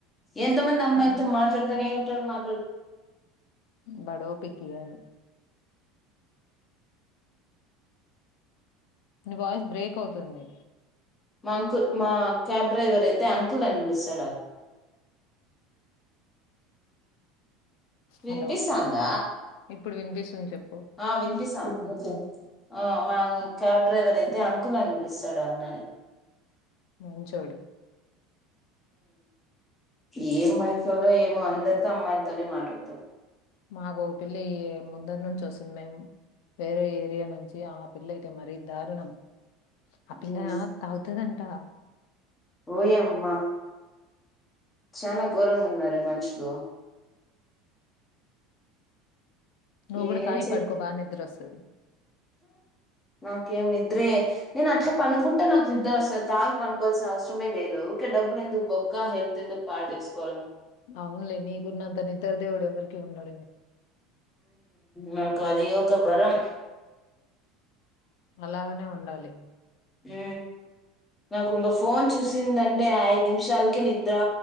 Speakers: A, on the left; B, on the left.
A: ఎంత మంది అమ్మాయితో
B: ఉమ్.
A: మాట్లాడతానే ధర్ మాట్లాడుతూనే
B: వాడి ఓపికయాల ని వాయిస్ బ్రేక్ అవుతుంది
A: మా అంకుల్ మా క్యాబ్ డ్రైవర్ అయితే అంకుల్ అని పిలుస్తాడు అ వినిపిస్తందా
B: హలో ఇప్పుడు వినిపిస్తుంది చెప్ప
A: ఆ వినిపిస్తోంది ఆ మా క్యాబ్ డ్రైవర్ అయితే అంకుల్ అని పిలుస్తాడు అన్నని
B: మంచోడు
A: ఏం మంచిడో ఏమో అందరితో అమ్మాయితోనే మాట్లాడతాడు
B: మాకు ఒక పిల్ల ముందరి నుంచి వస్తుంది మేము వేరే ఏరియా నుంచి ఆ పిల్ల అయితే మరీ దారుణం ఆ పిల్ల
A: ఉమ్.
B: తాగుతదంట
A: వోయమ్మ చాలా ఘోరంగా ఉన్నరే మనుషులు
B: నువ్వు కూడా
A: ఏం
B: తాగి
A: చేయలేం
B: పడుకో బాగా నిద్ర వస్తది
A: నాకేం నిద్రే నేను అట్లా పనుకుంటే నాకు నిద్ర వంది తాగు పనుకోవాల్సిన అవసరమే లేదు ఊరికే డబ్బులు అందుకు బొక్క హెల్త్ ఎందుకు పాడు తీసుకోవడము
B: అవునలే నీకు ఉన్నంత నిద్ద్ర దేవుడు ఎవ్వరికి ఉండడు
A: నాకు అది ఒక వారం
B: అలాగనే ఉండాలి
A: హ నాకు ఇంక ఫోన్ చూసిందంటే ఐదు నిమిషాలకే నిద్రా